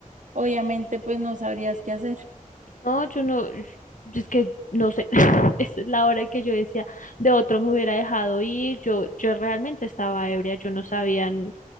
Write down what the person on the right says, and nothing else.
obviamente, pues no sabrías qué hacer.